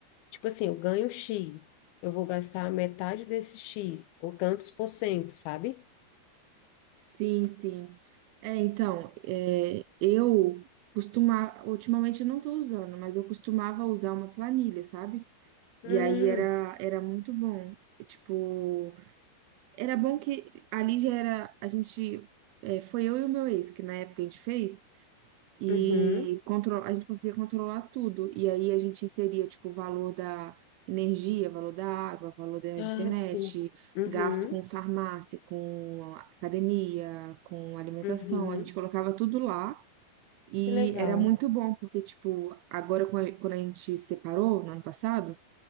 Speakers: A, on the left; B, on the right.
A: Tipo assim, eu ganho X, eu vou gastar metade desse X, ou tantos por cento, sabe?
B: sim, sim. É, então, é, eu costumava, ultimamente eu não tô usando, mas eu costumava usar uma planilha, sabe?
A: Hum,
B: E aí era, era muito bom. Tipo, Era bom que ali já era. A gente. é, foi eu e o meu ex, que na época a gente fez, e
A: uhum.
B: contro- a gente conseguia controlar tudo. E aí a gente inseria, tipo, o valor da energia, valor da água, valor da
A: Ah,
B: internet,
A: sim. Uhum,
B: gasto com farmácia, com academia, com alimentação.
A: uhum.
B: A gente colocava tudo lá. E
A: Que legal.
B: era muito bom, porque, tipo, agora com a- quando a gente separou no ano passado.